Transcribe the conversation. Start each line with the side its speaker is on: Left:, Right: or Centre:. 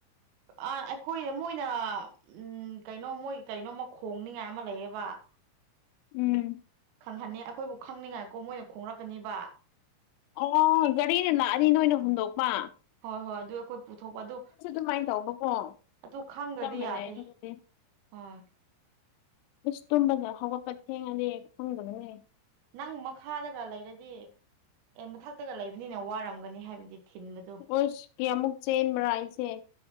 Right: ꯑꯥ ꯑꯈꯣꯏ ꯃꯣꯏꯅ ꯎꯝ ꯀꯩꯅꯣ ꯃꯣꯏ ꯀꯩꯅꯣꯃ ꯈꯣꯡꯅꯤꯉꯥꯏ ꯑꯃ ꯂꯩꯌꯦꯕ <inaudible>
Left: ꯎꯝ
Right: ꯈꯪꯍꯟꯅꯤ ꯑꯈꯣꯏꯕꯨ ꯈꯪꯅꯤꯡꯉꯥꯏꯀꯣ ꯃꯣꯏꯅ ꯈꯣꯡꯔꯛꯀꯅꯤꯕ
Left: ꯑꯣ ꯒꯥꯔꯤꯅ ꯂꯥꯛꯑꯗꯤ ꯅꯣꯏꯅ ꯍꯨꯟꯗꯣꯛꯄ
Right: ꯍꯣꯏ ꯍꯣꯏ ꯑꯗꯨ ꯀꯣꯏ ꯄꯨꯊꯣꯛꯄ ꯑꯗꯨ
Left: ꯗꯨꯃꯥꯏꯅ ꯇꯧꯕꯀꯣ
Right: ꯑꯗꯨ ꯈꯪꯗ꯭ꯔꯗꯤ
Left: ꯆꯞ ꯃꯥꯟꯅꯩꯌꯦ
Right: ꯌꯥꯗꯦ
Left: ꯑꯗꯨꯗꯤ
Right: ꯍꯣꯏ
Left: ꯏꯁ ꯇꯨꯝꯕꯗ ꯍꯧꯒꯠꯄ ꯊꯦꯡꯉꯗꯤ ꯈꯪꯗꯕꯅꯦ
Right: ꯅꯪ ꯃꯈꯥꯗꯒ ꯂꯩꯔꯗꯤ ꯑꯦ ꯃꯊꯛꯇꯒ ꯂꯩꯕꯅꯤꯅ ꯋꯥꯔꯝꯒꯅꯤ ꯍꯥꯏꯕꯗꯤ ꯊꯤꯟꯕꯗꯣ
Left: ꯑꯣꯏꯁ ꯀꯌꯥꯃꯨꯛ ꯆꯦꯟꯕ꯭ꯔꯥ ꯑꯩꯁꯦ